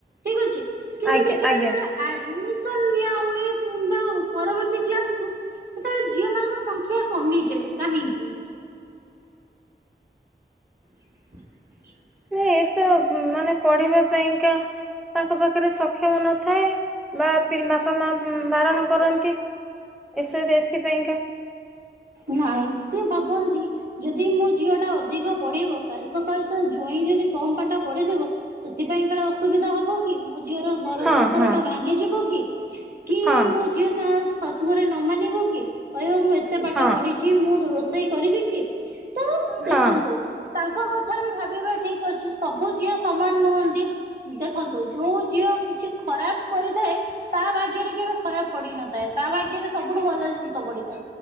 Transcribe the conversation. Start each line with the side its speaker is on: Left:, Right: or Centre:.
Right: ଠିକ ଅଛି କିନ୍ତୁ
Centre: ଆଜ୍ଞା
Right: ଦେଖିବା
Centre: ଆଜ୍ଞା
Right: ଯେତେବେଳେ ଆଡମିସନ ନିଆ ହୁଏ କିମ୍ବା ପରବର୍ତ୍ତୀ କ୍ଲାସ କୁ ସେତେବେଳେ ଝିଅ ମାନଙ୍କ ସଂଖ୍ୟା କମିଯାଏ କାହିଁକି? <inaudible>
Centre: ଏତ ମାନେ ପଢିବା ପାଇଁକା ତାଙ୍କ ପାଖରେ ସକ୍ଷମ ନଥାଏ ବା ବାପା ମା ବାରଣ କରନ୍ତି। ବିଷୟରେ ଏଥିପାଇଁକା।
Right: ନାଇଁ ସେ ଭାବନ୍ତି ଯଦି ମୋ ଝିଅ ଟା ଅଧିକ ପଢିବ କାଲି ସକାଳେ ତ ଜଇଁ ଯଦି କମ ପାଠ ପଢିଥିବ। ସେଥିପାଇଁ କାଳେ ଅସୁବିଧା ହବ କି ମୋ ଝିଅର ଗର
Centre: ହଁ
Right: ସଂସାର
Centre: ହଁ
Right: ଟା ଭାଙ୍ଗିଯିବ କି? କି
Centre: ହଁ
Right: ମୋ ଝିଅ ତା ଶାଶୁ ଘରେ ନ ମାନିବ କି କହିବ ମୁଁ ଏତେ ପା
Centre: ହଁ
Right: କିଛି ମୁଁ ରୋଷେଇ କରିବି କି ତ
Centre: ହଁ
Right: ଦେଖନ୍ତୁ ତାଙ୍କ କଥା ବି ଭାବିବା ଠିକ୍ ଅଛି ସବୁ ଝିଅ ସମାନ ନୁହନ୍ତି। ଦେଖନ୍ତୁ ଯୋଉ ଝିଅ କିଛି ଖରାପ କରିଥାଏ। ତା ଭାଗ୍ୟରେ କେବେ ଖରାପ ପଡିନଥାଏ ତା ଭାଗ୍ୟରେ ସବୁଠୁ ଭଲ ଜିନିଷ ପଡିଥାଏ।